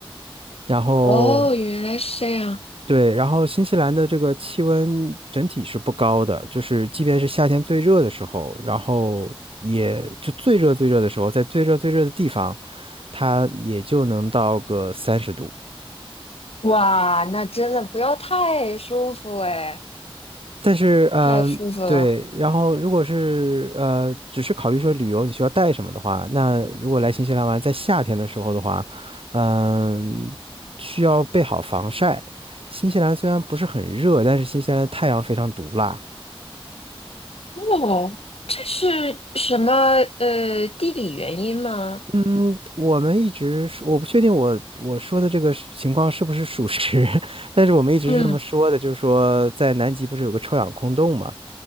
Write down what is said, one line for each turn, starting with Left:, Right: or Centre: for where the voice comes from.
Right: 然后，
Left: 哦，原来是这样。
Right: 对，然后新西兰的这个气温整体是不高的，就是即便是夏天最热的时候，然后也就最热最热的时候，在最热最热的地方，它也就能到个三十度。
Left: 哇，那真的不要太舒服哎，
Right: 但是，嗯、
Left: 太舒服了。
Right: 对，然后如果是呃，只是考虑说旅游你需要带什么的话，那如果来新西兰玩，在夏天的时候的话，嗯、需要备好防晒。新西兰虽然不是很热，但是新西兰的太阳非常毒辣。
Left: 哦，这是什么呃地理原因吗？
Right: 嗯，我们一直是我不确定我我说的这个是情况是不是属实，<laughs> 但是我们一直是这么说的，
Left: 嗯，
Right: 就是说在南极不是有个臭氧空洞嘛？